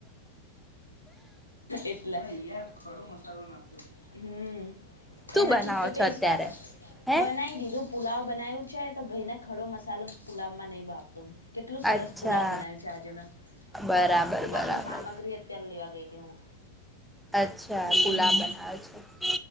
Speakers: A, on the left (about 85°); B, in the centre.
A: એટલે ખડો મસાલો નાખ હમ.
B: શું
A: એનાથી
B: બનાવો
A: જ તો ટેસ્ટ
B: છો અત્યારે
A: આવે
B: હે
A: બનાવી દીધું પુલાવ બનાવ્યું છે. તો ભાઈને ખડો મસાલો પુલાવમાં નહીં ભાતો. કેટલું સરસ
B: અચ્છા
A: પુલાવ બનાવ્યું છે આજે મેં.
B: બરાબર
A: તો પુલાવ
B: બરાબર
A: ન સામગ્રી ચ લેવા ગઈ હતી હું
B: અચ્છા
A: હમ
B: પુલાવ બનાવે છે